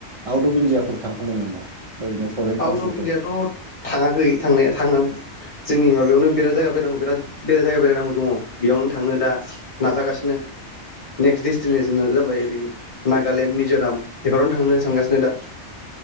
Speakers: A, on the right; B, on the left.
A: आउट अफ इण्डियाफोर थांखांबाय नामा ओरैनो फरेन
B: आउट
A: कान्ट्रिफोर
B: अफ इण्डियाथ' थाङाखै थांनाया थाङा जोंनि माबायावनो बेराद जायगा बेरायनांगौ बेराद बेराय जायगा बेरायनांगौ दङ बेयावनो थांनो दा नाजागासि नो नेक्सट डेस्टिनेसना जाबाय ओरै नागालेण्ड मिज'राम बेफोरावनो थांनो सानगासिनो दा